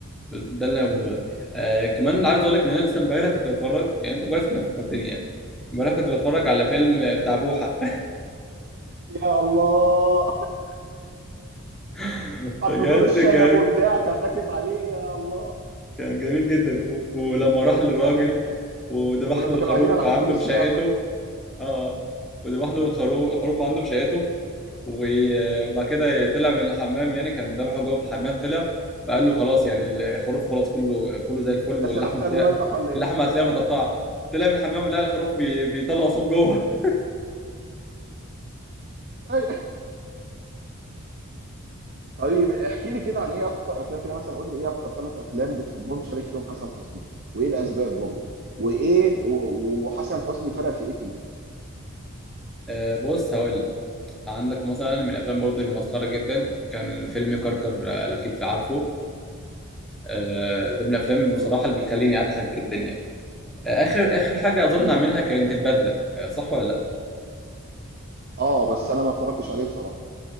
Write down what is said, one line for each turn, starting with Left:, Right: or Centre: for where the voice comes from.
Centre: ده اللي انا بقوله لك آه كمان عايز اقول لك ان انا لسه امبارح كنت بتفرج يعني انت كويس انك فكرتني يعني امبارح كنت بتفرج
Right: مم.
Centre: على فيلم آه، بتاع بوحة
Right: يا الله <laughs>
Centre: <laughs>
Right: حتى
Centre: بجد
Right: دور الشنب
Centre: كان
Right: وبتاع كان راكب عليه يا الله
Centre: كان جميل جدا و- ولما راح للراجل
Right: انا
Centre: وذبح
Right: ولما
Centre: له الخروف
Right: كانوا قاعدين على
Centre: عنده
Right: حمام السباحه
Centre: في شقته اه وذبح له الخروف الخروف عنده في شقته وبعد كده طلع من الحمام يعني كان ذبحه جوه في الحمام طلع فقال له خلاص يعني الخروف خلاص كله كله زي الفل
Right: انا
Centre: واللحمه
Right: سلخت قبل
Centre: هتلاقي
Right: ما اذبح ولا ايه
Centre: اللحمه هتلاقيها متقطعه طلع من الحمام لقى الخروف بي... بيطلع صوت جوه
Right: أي. طيب احكي لي كده عن ايه اكتر افلام كده مثلا قول لي ايه اكتر ثلاث افلام بتحبهم شريف فيهم حسن حسني وايه الاسباب برضه وايه و- وحسن حسني فرق في ايه فيهم
Centre: <laughs> آه بص هقول لك عندك مثلا من الافلام برضه المسخره جدا كان فيلم كركر آه، لو كنت عارفه آه، ده من الافلام اللي
Right: مم.
Centre: بصراحه اللي بيخليني اضحك جدا يعني آه، اخر اخر حاجه اظن
Right: مم.
Centre: اعملها كانت البدله آه، صح ولا لا
Right: اه بس انا ما اتفرجتش عليه بصراحه